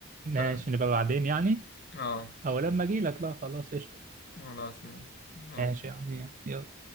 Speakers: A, on the right; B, on the left.
A: ماشي
B: سلام
A: نبقى بعدين يعني
B: اه
A: او لما اجي لك بقى خلاص قشطة
B: خلاص ماشي يلا
A: ماشي يا عم يلا